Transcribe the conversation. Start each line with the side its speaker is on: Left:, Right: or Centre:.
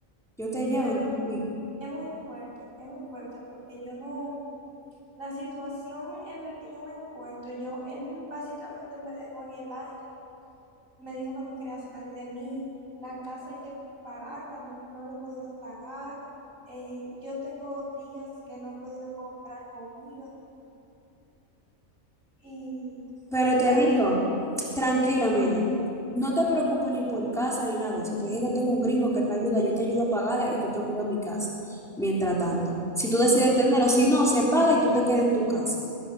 Centre: yo te llevo.
Right: pero
Centre: sí.
Right: es muy fuerte, es muy fuerte porque yo no, la situación en la que yo me encuentro, yo, él básicamente me dejó en el aire, me dijo que no quería saber de mí, la casa hay que pagarla, no, no la he podido pagar, eh, yo tengo días que no he podido comprar comida y
Centre: Pero
Right: tú
Centre: te
Right: sabes.
Centre: digo, tranquila, mira, no te preocupes ni por casa ni nada de eso. Te dije que tengo un gringo que él me ayuda, yo te ayudo a pagarla y tú te mudas a mi casa, mientras tanto. Si tú decides tenerlo, si no, se paga y tú te quedas en tu casa.